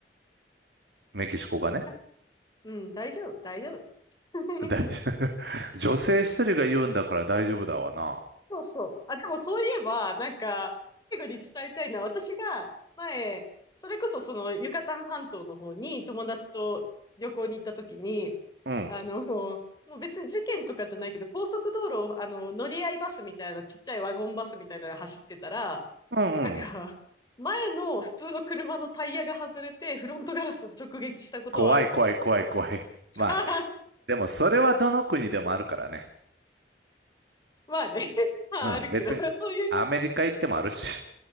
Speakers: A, on the right; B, on the left.
A: メキシコがね。
B: う。だ、うん、大丈夫、大丈夫。<laughs>
A: 大丈夫。<laughs> 女性一人が言うんだから大丈夫だわな。
B: そうそう。あ、でもそういえば、なんか、最後に伝えたいのは、私が前、それこそそのユカタン半島の方に友達と旅行に行った時に、
A: うん。
B: あの、もう別に事件とかじゃないけど、高速道路を、あの、乗り合いバスみたいな、ちっちゃいワゴンバスみたいなので走ってたら、
A: うんうんうん。
B: なんか、前の普通の車のタイヤが外れて、フロントガラスを直撃したことはある。
A: 怖い怖い怖い怖い。まあ、
B: <laughs>
A: でもそれはどの国でもあるからね。
B: まあね、<laughs> まああるけど、
A: うん。別に、
B: そういう
A: アメリカ行ってもあるし、